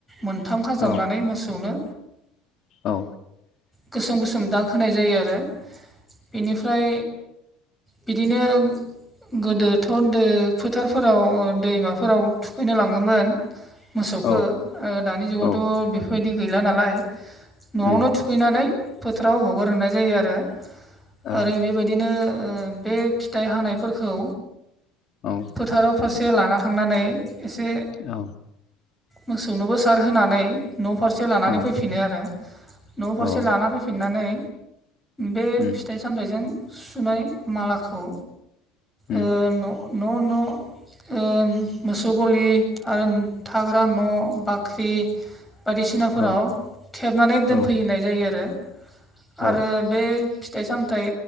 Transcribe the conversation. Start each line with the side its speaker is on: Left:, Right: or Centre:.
Centre: मोनथाम खाजाबनानै
Left: औ
Centre: मोसौनो
Left: औ।
Centre: गोसोम गोसोम दाग होनाय जायो आरो बेनिफ्राय बिदिनो गोदोथ' दो फोथारफोराव दैमाफोराव थुखैनो लाङोमोन मोसौखौ
Left: औ
Centre: ओ दानि जुगावथ'
Left: औ
Centre: बेफोरबायदि गैला नालाय न'आवनो
Left: उम
Centre: थुखैनानै फोथाराव हगार हरनाय जायो आरो
Left: औ
Centre: आरो बेबाय बिदिनो ओ बे फिथाइ हानायफोरखौ
Left: औ।
Centre: फोथाराव फारसे लाना थांनानै एसे
Left: औ।
Centre: मोसौनोबो सार होनानै न' फारसे लानानै
Left: औ
Centre: फैफिनो आरो। न'फारसे
Left: औ
Centre: लाना फैफिननानै बे
Left: उम
Centre: फिथाइ सामथाइजों सुनाय मालाखौ
Left: हम।
Centre: ओ न' न' न' ओ मोसौ गलि आरो थाग्रा न' बाख्रि बायदिसिनाफोराव
Left: औ
Centre: थेबनानै दोनफैनाय
Left: औ
Centre: जायो आरो
Left: औ
Centre: आरो बे फिथाइ सामथाइ